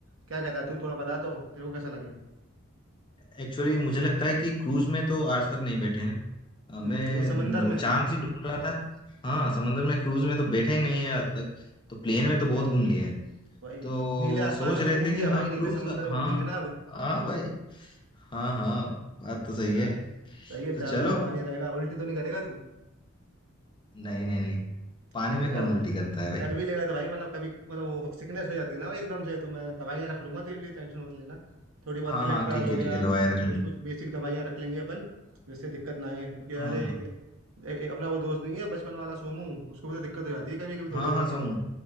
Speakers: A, on the right (about 80°); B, on the left (about 25°).
A: क्या कहता है तू थोड़ा बता तो तेरे को कैसा लगेगा
B: एक्चुअली मुझे लगता है कि क्रूज में तो आज तक नहीं बैठे हैं अ, मैं
A: हम्म वो भी समंदर
B: अ,
A: में
B: चांद ही ढूंढ रहा था हाँ समंदर में क्रूज में तो बैठा ही नहीं है आज तक तो प्लेन में तो बहुत घूम लिए हैं
A: भाई
B: तो
A: नीले आसमान
B: सोच
A: में
B: रहे
A: तो घूम
B: थे
A: लिया
B: कि हाँ
A: भाई नीले
B: क्रूज
A: समंदर
B: का
A: में घूमेंगे
B: हाँ
A: ना अब
B: हाँ भाई हाँ हाँ बात तो सही
A: है ना
B: है
A: सही है चारों
B: तो चलो
A: तरफ पानी रहेगा उल्टी तो नहीं करेगा तू
B: नहीं नहीं नहीं पानी
A: ठीक
B: में
A: है कर
B: कौन उल्टी करता है भाई
A: कर भी लेगा तो भाई मतलब कभी मतलब वो सिकनेस हो जाती है ना भाई एकदम से तो मैं दवाइयाँ रख लूंगा तेरे लिए टेंशन मत लेना थोड़ी बहुत
B: हाँ
A: इलेक्ट्रॉल
B: हाँ ठीक
A: हो
B: है
A: गया
B: ठीक है दवाई रख लेना
A: कुछ कुछ बेसिक दवाइयाँ रख लेंगे अपन जिससे दिक्कत ना आए क्योंकि अरे
B: हाँ हाँ
A: ये- ए- ए- अपना वो दोस्त नहीं है बचपन वाला सोमू उसको भी तो दिक्कत हो जाती है कभी कभी थोड़ी
B: हाँ
A: बहुत
B: हाँ
A: ही
B: सोमू